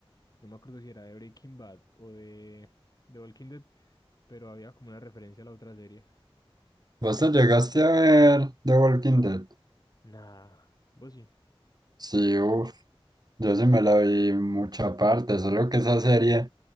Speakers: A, on the left (about 40°); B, on the right (about 45°).
A: no me acuerdo si era de Breaking Bad o de, de Walking Dead, pero había como una referencia a la otra serie.
B: ¿Vos te llegaste a ver The Walking Dead?
A: Nah, vos sí.
B: Sí, uff, yo sí me la vi mucha parte, solo que esa serie